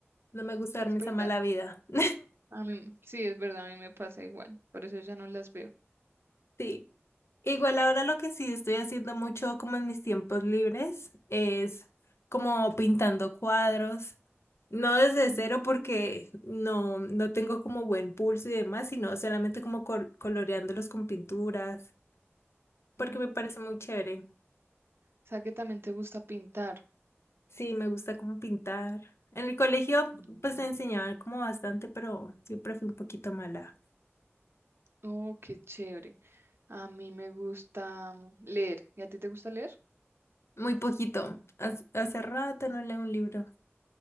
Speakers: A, on the left; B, on the right.
A: No me gusta
B: es
A: darme
B: verdad.
A: esa mala vida. <laughs>
B: A mí, sí, es verdad, a mí me pasa igual, por eso ya no las veo.
A: Sí. Igual ahora lo que sí estoy haciendo mucho como en mis tiempos libres es como pintando cuadros, no desde
B: Mm,
A: cero porque no, no tengo como buen pulso y demás, sino solamente como cor- coloreándolos con pinturas, porque
B: mm.
A: me parece muy chévere.
B: O sea que también te gusta pintar.
A: Sí, me gusta como pintar. En el colegio
B: Mm,
A: pues me enseñaban
B: qué-
A: como bastante, pero siempre fui un poquito mala.
B: Oh, qué chévere. A mí me gusta mm, leer. ¿Y a ti te gusta leer?
A: Muy poquito. Hace, hace rato no leo un libro.